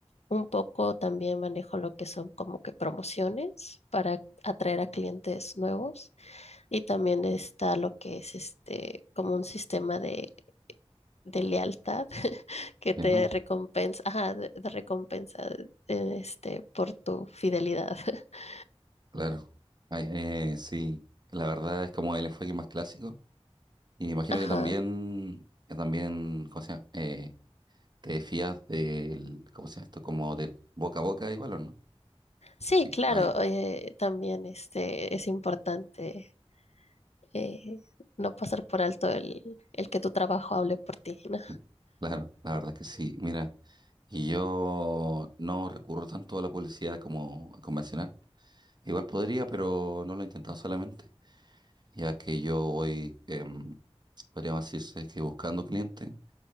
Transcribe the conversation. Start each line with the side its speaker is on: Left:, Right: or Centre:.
Left: un poco también manejo lo que son como que promociones para atraer a clientes nuevos y también está lo que es este, como un sistema de, de lealtad <laughs> que
Right: Ya.
Left: te recompensa, ajá, de, de recompensa eh, este, por tu fidelidad. <laughs>
Right: Claro. Ay, eh, sí, la verdad es como el enfoque más clásico. Y imagino
Left: Ajá.
Right: que también, que también, ¿cómo se llama? Eh, te fías del, ¿cómo se llama esto? Como del boca a boca igual, ¿o no?
Left: Sí,
Right: Así,
Left: claro,
Right: ah, ya.
Left: eh, también este, es importante eh, no pasar por alto el, el que tu trabajo hable por ti, <laughs> ¿no?
Right: Mm, Claro, la verdad es que sí. Mira, y yo no recurro tanto a la publicidad como convencional. Igual podría, pero no lo he intentado solamente, ya que yo voy, em, podríamos decirse que buscando clientes.